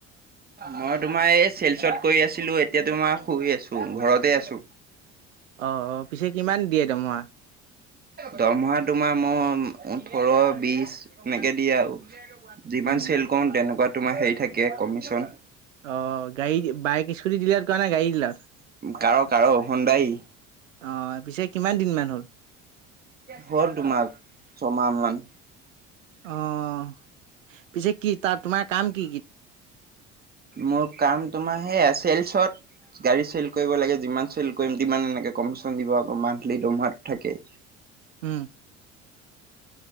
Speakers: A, on the right (about 25°); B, on the right (about 85°).
A: মই তোমাৰ এই শিলচৰত কৰি আছিলো, এতিয়া তোমাৰ শুই আছো ঘৰতে আছো।
B: অ', -অ', পিছে কিমান দিয়ে দৰমহা?
A: দৰমহা তোমাৰ মই ওঠৰ, বিশ, এনেকৈ দিয়ে আৰু। যিমান
B: উম
A: চেল কৰো তেনেকুৱা তোমাৰ কমিশ্যন থাকে।
B: অ', গাড়ী, বাইক স্কুটি ডিলাৰ কৰা নে গাড়ী ডিলাৰত?
A: কা'ৰ-কা'ৰ সুন্দাই।
B: অঁ', পিছে কিমান দিনমান হ'ল?
A: হ'ল দুমাহ, তোমাৰ ছমাহ মান।
B: অঁ', পিছে কি তা'ত তোমাৰ কাম কি কি?
A: মোৰ কাম তোমাৰ সেইয়া চেলচত- গাড়ী চেল কৰিব লাগে, যিমান চেল কৰিম মানে এনেকে কমিশন দিব আকৌ মান্থলি দৰমহা থাকে।
B: উম।